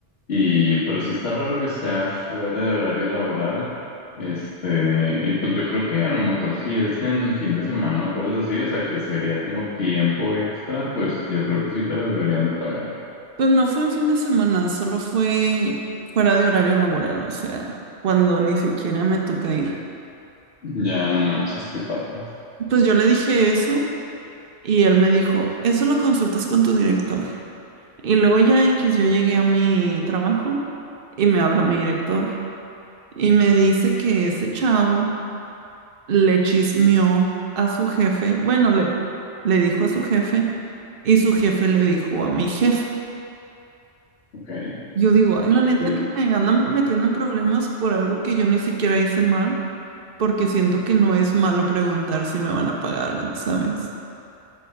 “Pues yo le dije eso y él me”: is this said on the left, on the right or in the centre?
Right